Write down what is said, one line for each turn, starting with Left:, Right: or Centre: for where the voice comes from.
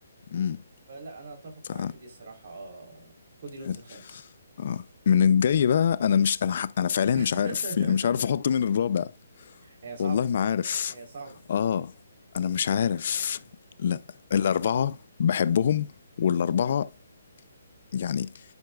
Left: امم
Right: فلا انا اتفق
Left: ف
Right: معاك في دي الصراحة اه كودي رودز
Left: حلو
Right: الخامس
Left: اه من الجاي بقى انا مش انا ح- انا فعليا
Right: <laughs>
Left: مش عارف يعني مش عارف احط مين الرابع
Right: هي صعبة
Left: والله ما عارف
Right: هي صعبة
Left: اه انا مش عارف لا الاربعة بحبهم والاربعة يعني